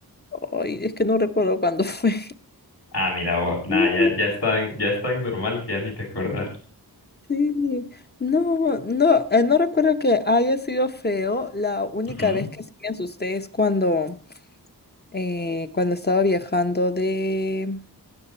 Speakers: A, on the left (about 25°); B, on the left (about 80°).
A: Ay, es que no recuerdo cuándo <laughs> fue.
B: Ah, mira vos. Nada,
A: No,
B: ya, ya es tan, ya es tan normal que ya ni te acordás.
A: Sí, no, no, eh, no recuerdo que haya sido feo. La única
B: Ujú,
A: vez que sí me asusté es cuando eh, cuando estaba viajando de